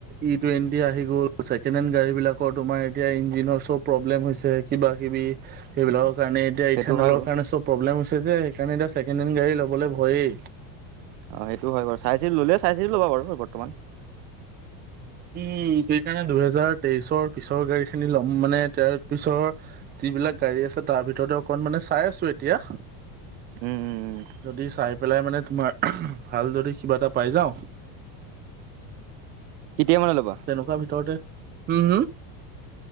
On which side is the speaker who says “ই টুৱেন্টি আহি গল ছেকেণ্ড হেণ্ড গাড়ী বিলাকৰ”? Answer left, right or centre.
Right